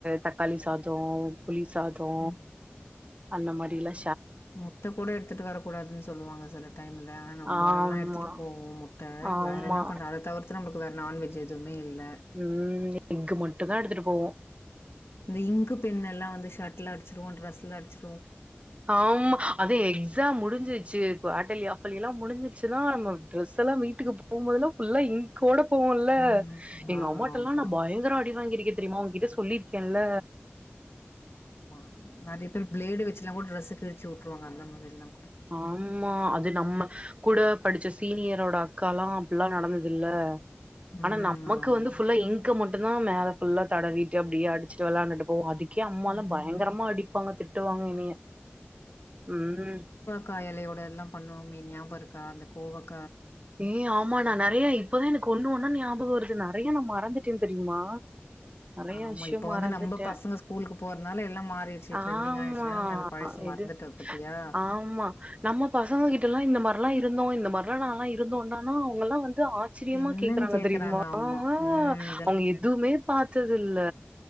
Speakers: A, on the right; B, on the left.
A: தக்காளி சாதோ புளிசாதோ
B: ம்
A: அந்த மாரிலா
B: முட்ட கூட எடுத்துட்டு வரக்கூடாதுன்னு சொல்லுவாங்க செல டைம்ல ஆனா நம்ப
A: ஆமா,
B: எல்லா எடுத்துட்டு போவோம் முட்ட
A: ஆமா.
B: வேற என்ன பண்றது அத தவிர்த் து நமக்கு வேற நான்வெஜ் எதுவுமே இல்ல
A: உம் எஃக் மட்டுதா எடுத்துட்டு போவோ
B: இந்த இங்க் பென்னெல்லா வந்து ஷட்ல அடிச்சிருவோ டிரெஸ்ல அடிச்சி
A: ஆமா அது எக்ஸாம் முடிஞ்சிருச்சு குவாட்டர்லி ஆஃபர்லி எல்லா முடிஞ்சிருச் சினா நம்ம ட்ரெஸ்ஸெல்லா வீட்டுக்கு போம்போதெல்லா ஃபுல்லா இங்க்கோட போவோல்ல
B: ம்
A: எங்க
B: ஆமா
A: அம்மாட்டெல்லா
B: ஆமா
A: நா பயங்கர அடி வாங்கியிருக்கே தெரியுமா ஒங்கிட்ட சொல்லி கெல்ல.
B: ஆமா ஆமா நெறய பேர் பிளேடு வச்சுலா கூட ட்ரெஸ் கிழிச்சி வுட்டுருவாங்க அந்த மாதிரிலா
A: ஆமா அது நம்ம கூட படிச்ச சீனியரோட அக் க்காலா அப்டிலா நடந்ததுல
B: ம்
A: ஆனா நமக்கு
B: ஆமா
A: வந்து ஃபுல்லா இங்க் மட் மட்டுந்தா மேல ஃபுல்லா தடவிட்டு அப்படியே அடிச்சுட்டு விளாண்டுட்டு போவோ அதிக் கே அம்மாலாம்
B: ம்
A: பயங்கரமா அடிப்பாங்க திட்டுவாங்க
B: ஆமா
A: என்னைய உம்
B: காய் எலையோட எல்லா பண்ணுவோ மே நியாபருக்கா அந்த கோவக்
A: ஏ ஆமா நா நெறயா இப்பதா எனக்கு ஒன்னு ஒன்னா நியாபகம் வருது நெறயா நா மறந்துட் டேன் தெரியுமா நெறயா
B: ஆமா
A: விஷயம்
B: இப்ப
A: மறந்துட்ட
B: வந்து நம்ம பசங்க ஸ்கூலுக்கு போறதுனால எல்லா மாறிடுச்சு
A: ஆமா
B: ட்ரெண்டிங் ஆயிடுச்சுனால நீ அந்த பழச மறந்துட்ட
A: எது
B: பத்தியா
A: ஆமா நம்ம பசங்க கிட்டல்லா இந்த மார்லா இருந்தோ இந்த கொரனா லா இருந்து ஒன்னானோ அவங்கல்லா வந்து வந்து ஆச்சரியமா
B: என்னன்னு
A: கேக்குறாங்க தெரியுமா
B: ஆமா
A: ஆ
B: ம்
A: அவங்க எதுவுமே பாத்தது இல்ல